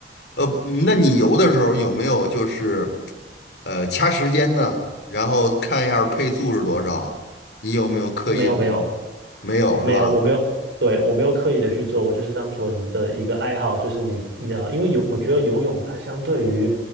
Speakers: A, on the left; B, on the right.
A: 呃，那你游的时候有没有就是，呃，掐时间呢？然后看一下配速是多少？你有没有刻意的去？
B: 没有没有，
A: 没有是吧？
B: 没有，我没有，对，我没有刻意的去做，我就是当纯的一个爱好，就是你，你呃，因为游，我觉得游泳它相对于，